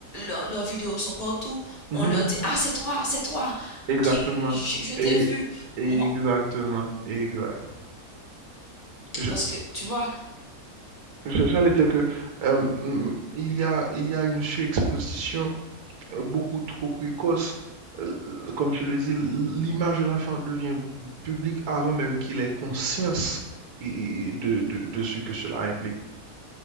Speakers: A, on the left (about 25°); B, on the right (about 70°).
A: leur- leurs vidéos sont partout.
B: Mhm,
A: On leur dit, ah, c'est toi, c'est toi,
B: Exactement.
A: qui, je, je t'ai
B: Et
A: vu,
B: exactement.
A: moi.
B: Exact. Je-
A: Parce que, tu vois,
B: je- j'allais dire que euh, mm, il y a, il y a une surexposition euh, beaucoup trop précoce. Euh, euh, Comme tu le dis, l'image de l'enfant devient publique avant même qu'il ait conscience et- et de, de, de ce que cela implique.